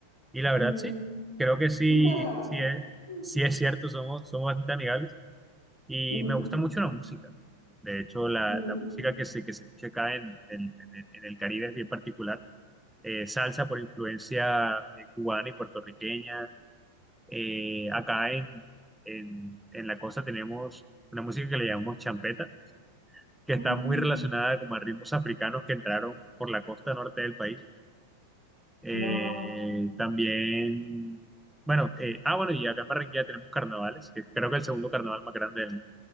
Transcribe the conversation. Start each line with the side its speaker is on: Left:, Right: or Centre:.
Centre: Y la verdad,
Right: Ujú.
Centre: sí, creo que sí,
Right: <laughs>
Centre: sí es, sí es cierto, somos, somos bastante amigables y
Right: Ujú,
Centre: me gusta mucho la música. De hecho, la,
Right: ujú,
Centre: la música que se, que se escucha acá en, en- en- en el Caribe es bien particular. Eh, salsa por influencia eh, cubana y puertorriqueña. Eh, acá en, en, en la costa tenemos una música que le llamamos champeta, que
Right: ujú.
Centre: está muy relacionada como a ritmos africanos que entraron por la costa norte del país Eh,
Right: Wow,
Centre: también, bueno, eh, ah, bueno, y acá en Barranquilla tenemos carnavales, que creo que el segundo carnaval más grande del